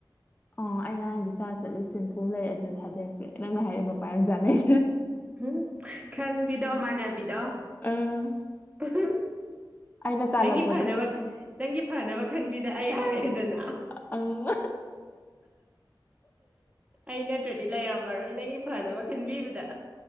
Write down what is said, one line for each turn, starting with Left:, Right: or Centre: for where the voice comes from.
Left: ꯑꯣ ꯑꯩ ꯉꯔꯥꯡ ꯕꯤꯁꯥ ꯆꯠꯂꯨ ꯁꯤꯟꯐꯝꯨꯝ ꯂꯩ ꯑꯗꯨ ꯊꯥꯗꯔꯄ꯭ꯔꯦ ꯅꯪꯅ ꯍꯥꯏꯔ ꯃꯄꯥꯏꯔꯝ ꯆꯥꯅꯩ
Right: ꯎꯝ ꯈꯪꯕꯤꯗꯣ ꯃꯥꯟꯅꯕꯤꯗꯣ
Left: ꯑꯥ
Right: ꯐꯨꯝ
Left: ꯑꯩꯅ ꯇꯥꯜꯂꯛꯄꯗꯨꯗꯤ
Right: ꯅꯪꯒꯤ ꯐꯅꯕ
Left: ꯌꯥꯝ
Right: ꯅꯪꯒꯤ ꯐꯅꯕ ꯈꯟꯕꯤꯗ ꯑꯩ ꯍꯥꯏꯔ ꯑꯗꯨꯗꯅ
Left: ꯑꯪ
Right: ꯑꯩ ꯅꯠꯇ꯭ꯔꯗꯤ ꯂꯩꯝꯕ ꯃꯔꯣꯏ ꯅꯪꯒꯤ ꯐꯅꯕ ꯈꯟꯕꯤꯕꯗ